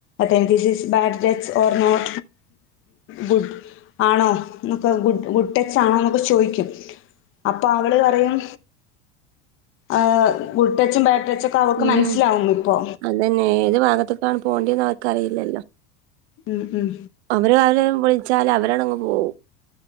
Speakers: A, on the left; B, on the right.
A: എൻസിസ് ബാഡ് ഡെറ്റ്സ് ഓർനോർ ഗുട് ആണോ എന്നൊക്കെ ഗുട് ഗുട് ടെച്ച് ആണോ എന്നൊക്കെ ചോദിക്കും അപ്പൊ അവള് പറയും ആഹ് ഗുട് ടച്ചും ബാഡ് ടച്ചൊക്കെ അവക്ക്
B: ഉം
A: മനസ്സിലാവും ഇപ്പൊ
B: അതന്നെ ഏത് ഭാഗത്തേക്കാണ് പോകേണ്ടന്ന് അവർക്ക് അറിയില്ലല്ലോ
A: ഉം ഉം
B: അവര അവരെ വിളിച്ചാല് അവരടങ്ങ് പോവും